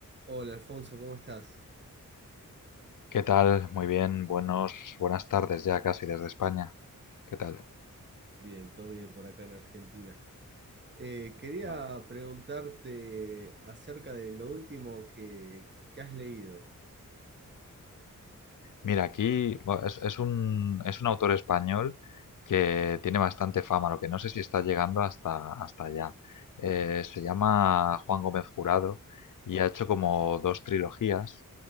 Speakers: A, on the right; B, on the left.
A: Hola Alfonso, ¿cómo estás?
B: ¿Qué tal? Muy bien, buenos, buenas tardes ya casi desde España. ¿Qué tal?
A: Bien, todo bien por acá en Argentina. Eh, quería
B: Muy bien.
A: preguntarte acerca de lo último que, que has leído.
B: Mira, aquí bueno, es, es un, es un autor español que tiene bastante fama, lo que no sé si está llegando hasta, hasta allá. Eh, se llama Juan Gómez Jurado y ha hecho como dos trilogías.